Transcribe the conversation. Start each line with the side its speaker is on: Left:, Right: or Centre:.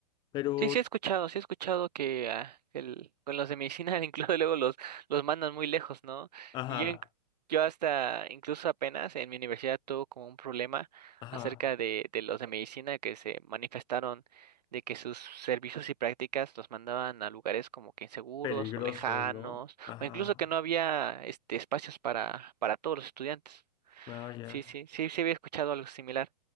Left: Pero
Right: Sí, sí he escuchado, sí he escuchado que ah, el, con los de medicina <laughs> incluso luego los, los mandan muy lejos, ¿no?
Left: Ajá,
Right: Y Yo, inc- yo hasta incluso apenas en mi universidad tuve como un problema
Left: ajá,
Right: acerca de, de los de medicina que se manifestaron de que sus servicios y prácticas los mandaban a lugares como que inseguros
Left: peligroso,
Right: o lejanos,
Left: ¿no? Ajá,
Right: o incluso que no había este espacios para, para todos los estudiantes.
Left: ah, ya,
Right: Sí, sí, sí, sí había escuchado algo similar.